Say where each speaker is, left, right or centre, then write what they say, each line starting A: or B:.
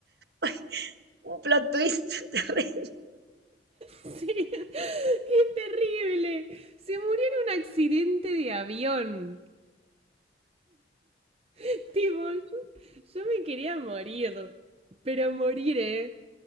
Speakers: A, on the right (about 60°); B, on the right (about 35°).
A: <laughs> un plot twist <laughs> terrible.
B: Sí, es terrible. Se murió en un accidente de avión. <laughs> Tipo, yo, yo me quería morir, pero morir, ¿eh?